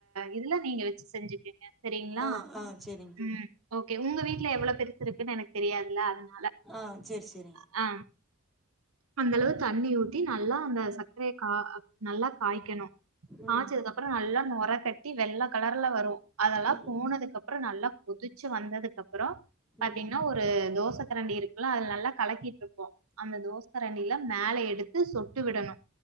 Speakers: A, on the right (about 70°); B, in the centre.
A: இதுல நீங்க செஞ்சுக்கங்க சரிங்ளா
B: ஆ ஆ சேரிங்
A: ம் ஓகே உங்க வீட்ல எவ்ளோ பெருசு இருக்குன்னு எனக்கு தெரியாதுல்ல அதனா
B: ஆ சேரி சேரிங்
A: ஆ அந்த அளவு தண்ணி ஊத்தி நல்லா அந்த சக்கரய கா நல்லா காய்க்கணு
B: ம்
A: காச்சதுக்கப் அப்றோ நல்லா நொர கட்டி வெள்ள கலர்ல வரு அதெல்லா
B: ம்
A: போனதுக்கப்புறோ நல்லா கொதிச்சு வந்ததுக்கப்றோ பாத்தீங்கன்னா
B: ம்
A: ஒரு ஒரு தோச கரண்டி இருக்குல்ல அதுல நல்லா கலக்கிட்டுருப்போ அந்த தோச கரண்டில மேல எடுத்து சொட்டு விடணு